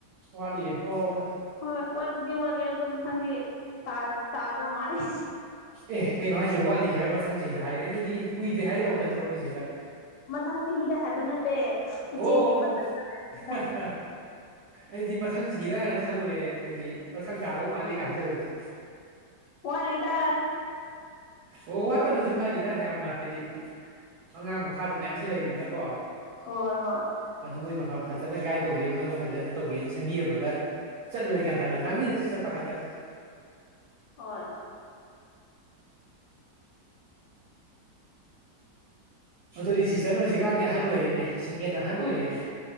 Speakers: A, on the right; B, on the left.
A: ꯋꯥꯠꯂꯤꯌꯦ ꯍꯣ ꯍꯣ ꯍꯣꯏ
B: ꯍꯣꯏ ꯋꯥꯠꯄꯨꯗꯤ ꯋꯥꯠꯂꯤ ꯑꯗꯣ ꯃꯊꯪꯗꯤ ꯇꯥ ꯇꯥꯗꯧ ꯃꯥꯂꯤ
A: ꯑꯦ ꯀꯩꯅꯣ ꯍꯥꯏꯖꯤ ꯋꯥꯠꯂꯤꯖꯨ ꯍꯥꯏ ꯃꯊꯪ ꯆꯍꯤꯗ ꯍꯥꯏ ꯑꯗꯨꯗꯤ ꯀꯨꯏꯗꯦ ꯍꯥꯏꯒꯗꯧ ꯅꯠꯇ꯭ꯔꯣꯅꯦ ꯁꯤꯁꯇꯔ
B: ꯃꯊꯪ ꯆꯍꯤꯗ ꯍꯥꯏꯕ ꯅꯠꯇꯦ ꯏꯆꯦꯒꯤ
A: ꯑꯣ ꯑꯣ ꯑꯣ
B: ꯃꯊꯪꯅꯦꯗ
A: ꯑꯍ ꯍ ꯑꯩꯗꯤ ꯃꯊꯪ ꯆꯍꯤꯔꯥꯅ ꯈꯜꯂꯨꯔꯦ ꯑꯩꯗꯤ ꯃꯊꯪ ꯇꯥꯗꯧ ꯃꯥꯜꯂꯤ ꯀꯥ ꯍꯥꯏꯖꯜꯂꯛꯄꯗꯨ
B: ꯋꯥꯠꯂꯤꯗ
A: ꯑꯣ ꯋꯥꯠꯄꯅꯖꯨ ꯐꯔꯤꯗ ꯌꯥꯝꯅ ꯍꯥꯏꯗꯤ ꯏ ꯑꯉꯥꯡ ꯃꯈꯥꯁꯨ ꯃꯌꯥꯝꯁꯨ ꯂꯩꯕꯅꯤꯅꯀꯣ
B: ꯍꯣꯏ ꯍꯣꯏ
A: ꯑꯗꯨ ꯃꯣꯏ ꯃꯐꯝ ꯐꯖꯅ ꯒꯥꯏꯗ ꯇꯧꯕꯤꯔꯝꯃꯒ ꯐꯖꯅ ꯇꯧꯕꯤ ꯁꯦꯝꯕꯤꯔꯝꯃꯒ ꯆꯠꯂꯨꯗ ꯒ꯭ꯌꯥꯟ ꯇꯥꯅ ꯅꯪꯅꯤꯗ ꯁꯤꯁꯇꯔ ꯄꯥꯈꯠꯀꯅꯨ
B: ꯍꯣꯏ
A: ꯑꯗꯨꯗꯤ ꯁꯤꯁꯇꯔꯅ ꯍꯧꯖꯤꯛꯀꯥꯟꯗꯤ ꯑꯍꯟ ꯑꯣꯏꯔꯦꯅꯦ ꯁꯦꯛ ꯀꯦꯟ ꯑꯍꯟ
B: ꯎꯝ
A: ꯑꯣꯏꯔꯦꯅꯦ